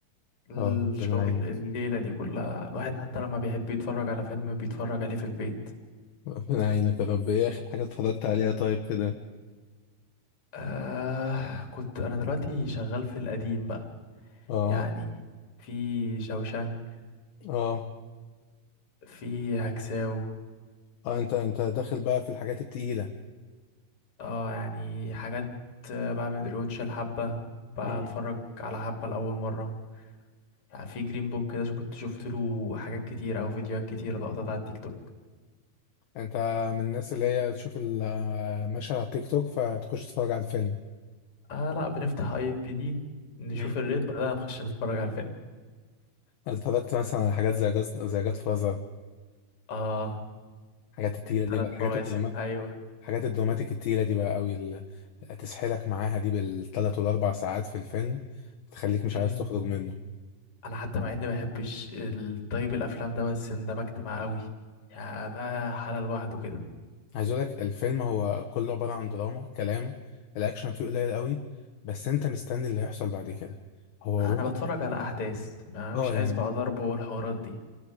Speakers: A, on the left; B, on the left.
A: الشغل
B: اه ربنا يعينك
A: الليلة دي كلها الواحد حتى لما بيحب يتفرج على فيلم بيتفرج عليه في البيت
B: ربنا يعينك يا رب ايه اخر حاجه اتفرجت عليها طيب كده
A: آه كنت انا دلوقتي شغال في القديم بقى
B: اه
A: يعني في شوشانك
B: اه
A: في هكساو
B: اه انت انت داخل بقى في الحاجات التقيله
A: اه يعني حاجات آه، بعمل ريوتش الحبة بتفرج
B: امم
A: على حبة لأول مرة يعني في جرين بوك كده كنت شفت له حاجات كتير أو فيديوهات كتير لقطات على التيك توك
B: انت من الناس اللي هي تشوف المشهد على التيك توك فتخش تتفرج على الفيلم
A: آه لا بنفتح اي ام بي دي نشوف
B: امم
A: الريت بعدها نخش نتفرج على الفيلم
B: اتفرجت مثلا على حاجات زي جاز زي جاد فازر
A: اه
B: الحاجات التقيله
A: الثلاث
B: دي بقى الحاجات
A: مواسم
B: الدراما
A: ايوه
B: حاجات الدراماتيك التقيلة دي بقى قوي اللي تسحلك معاها دي بالثلاث والاربع ساعات في الفيلم تخليك مش
A: امم
B: عايز تخرج منه
A: انا حتى مع اني ما بحبش الطيب الافلام ده بس اندمجت معاه قوي يعني ده حالة لوحده كده
B: عايز اقول لك الفيلم هو كله عبارة عن دراما كلام الاكشن فيه قليل قوي بس انت مستني اللي هيحصل بعد كده هو
A: انا
B: واخد-
A: بتفرج على احداث ما
B: اه
A: مش عايز
B: يعني
A: بقى ضرب والحوارات دي